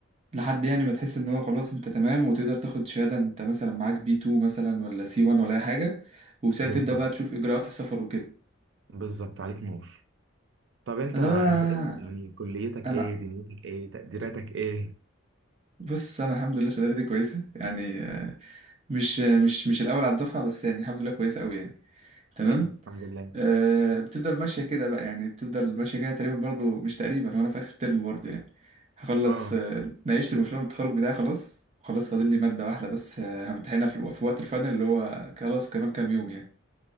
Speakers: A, on the right; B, on the right.
A: لحد يعني ما تحس ان هو خلاص انت تمام وتقدر تاخد شهادة انت مثلا معاك بي 2 مثلا ولا سي 1 ولا اي حاجة وساعتها
B: بالظبط
A: تبدأ بقى تشوف اجراءات السفر وكده
B: بالظبط عليك نور طب انت
A: انا
B: انت
A: بقى
B: ايه يعني كليتك
A: انا
B: ايه دنيتك ايه تقديراتك ايه
A: بص انا الحمد لله شهادتي كويسه يعني آه، مش آه، مش مش الاول على الدفعه بس يعني الحمد لله كويسه قوي يعني تمام
B: حلو الحمد لله
A: أه بتفضل ماشيه كده بقى يعني بتفضل ماشيه كده تقريبا برضو مش تقريبا وانا في اخر ترم برضو يعني هخلص
B: اه
A: آه، ناقشت المشروع التخرج بتاعي خلاص خلاص فاضل لي ماده واحده بس آه، همتحنها في الو- في وقت الفاينل اللي هو خلاص كمان كام يوم يعني